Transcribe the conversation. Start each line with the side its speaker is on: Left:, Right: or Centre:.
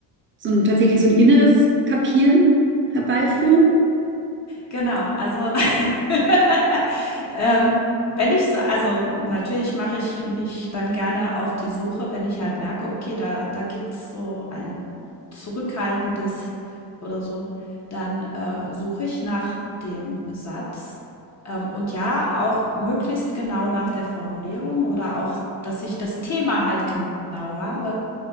Right: so ein tatsächlich so ein inneres Kapieren herbeiführen?
Left: genau. Also, <laughs> ähm, wenn ich so, also natürlich mache ich mich dann gerne auf die Suche, wenn ich halt merke, okay, da, da gibt es so ein zurückhaltendes oder so, dann äh, suche ich nach dem Satz ähm, und ja, auch möglichst genau nach der Formulierung oder auch, dass ich das Thema halt genau habe